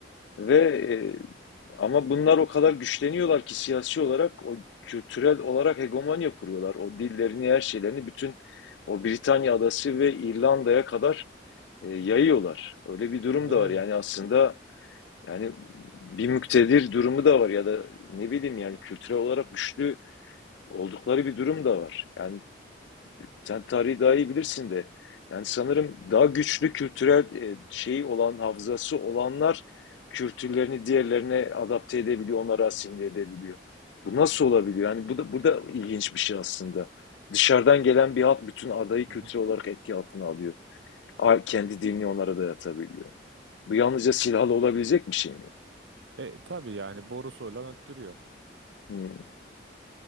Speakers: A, on the left; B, on the right.
A: ve e, ama bunlar o kadar güçleniyorlar ki siyasi olarak o kültürel olarak hegemonya kuruyorlar. O dillerini, her şeylerini bütün o Britanya adası ve İrlanda'ya kadar e, yayıyorlar. Öyle bir durum
B: Yani.
A: da var. Yani aslında yani bir müktedir durumu da var ya da ne bileyim yani kültürel olarak güçlü oldukları bir durum da var. Yani sen tarihi daha iyi bilirsin de. Yani sanırım daha güçlü kültürel e, şeyi olan, hafızası olanlar kültürlerini diğerlerine adapte edebiliyor, onları asimile edebiliyor. Bu nasıl olabiliyor? Yani bu da, bu da ilginç bir şey aslında. Dışarıdan gelen bir halk bütün adayı
B: Hı
A: kültürel
B: hı.
A: olarak etki altına alıyor. A- Kendi dinini onlara dayatabiliyor. Bu yalnızca silahlı olabilecek bir şey mi?
B: E, tabii yani borusu olan öttürüyor.
A: Hmm,